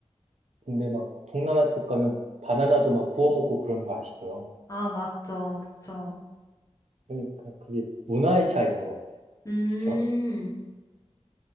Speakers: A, on the right; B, on the left.
A: 근데 막, 동남아 쪽 가면 바나나도 막 구워 먹고 그런 거 아시죠?
B: 아, 맞죠. 그쵸.
A: 그러니까 그게 문화의 차이인 것 같아요.
B: 음.
A: 그쵸?